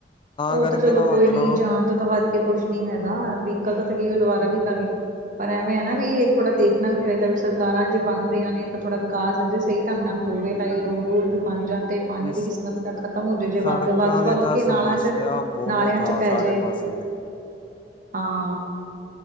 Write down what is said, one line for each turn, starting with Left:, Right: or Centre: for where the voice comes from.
Right: ਉਹ
Left: ਕਰਕੇ
Right: ਤਾਂ ਚਲੋ
Left: ਨਾ
Right: ਕੋਈ
Left: ਮਤਲਬ
Right: ਨੀ ਜਾਨ ਤੋਂ ਤਾਂ ਵੱਧ ਕੁਛ ਨੀ ਹੈਗਾ ਵੀਕਲ ਤਾਂਕੀ ਉਹ ਦੁਬਾਰਾ ਵੀ ਕਰਲੇ, ਪਰ ਐਵੇਂ ਐ ਨਾ ਵੀ ਇਹ ਥੋੜਾ ਦੇਖ ਨਾ ਵੀ ਚਾਹੀਦਾ ਵੀ ਸਰਕਾਰਾਂ ਜੇ ਬਣਦੀਆਂ ਨੇ ਤਾਂ ਥੋੜਾ ਵਿਕਾਸ ਹੋਜੇ, ਸਹੀ ਢੰਗ ਨਾਲ ਹੋਵੇ ਤਾਂ ਇਹ ਰੋਡ-ਰੂਡ ਵੀ ਬਣ ਜਾਣ ਤੇ ਪਾਣੀ
Left: ਜਿਸ
Right: ਦੀ ਵੀ ਸਮੱਸਿਆ ਖਤਮ ਹੋਜੇ ਜੇ ਵੱਗ-ਵੱਗ
Left: ਸੜਕਾਂ ਦੀ ਤਾਂ
Right: ਕੇ ਨਾਲਾਂ ਚ
Left: <unintelligible>
Right: ਨਾਲਿਆਂ
Left: ਆ
Right: ਚ ਪੈਜੇ,
Left: ਸਾਰੇ ਪਾਸੇ
Right: ਹਾਂ।